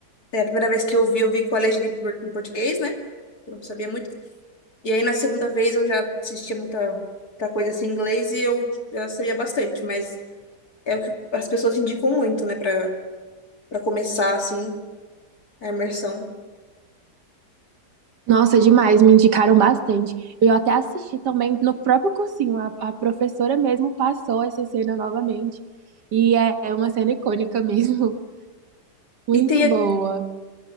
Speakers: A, on the left (about 65°); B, on the right (about 80°).
A: É, a primeira vez que eu vi, eu vi com a legenda em por- em português, né? Eu não sabia muito. E aí, na segunda vez, eu já assistia muita, muita coisa assim em inglês e eu já sabia bastante, mas é o que as pessoas indicam muito, né, pra, pra começar, assim, a imersão.
B: Nossa, demais, me indicaram bastante. Eu até assisti também no próprio cursinho, a, a professora mesmo passou essa cena novamente, e é, é uma cena icônica mesmo, <laughs> muito
A: E tem
B: boa.